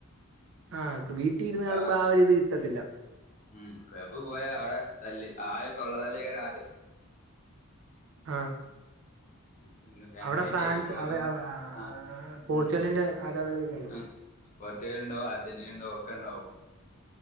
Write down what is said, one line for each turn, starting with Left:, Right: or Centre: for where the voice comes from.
Right: ആ വീട്ടിരുന്ന് കാണുമ്പോ
Left: ആഹ്
Right: ആ ഒരിത് കിട്ടത്തില്ല
Left: ഉം ക്ലബ്‌ പോയ അവിടെ തല്ലി ആ തൊള്ളതല്ലായിക്കാരം ആദ്യം
Right: ആഹ്
Left: പിന്നെ ഫാൻ
Right: അവിടെ
Left: ഫൈറ്റ്യ്യ
Right: ഫ്രാൻസ്
Left: അമ്മളോരോന്ന്
Right: അവ അവ
Left: ആ
Right: ആഹ് പോർച്ചുഗലിന്റെ
Left: ഉം
Right: ആരാധകരൊക്കെ ഉണ്ടോ?
Left: ആ ഫോർച്ചേര്ണ്ടാവും അർജന്റീനണ്ടാവും ഒക്കെണ്ടാവും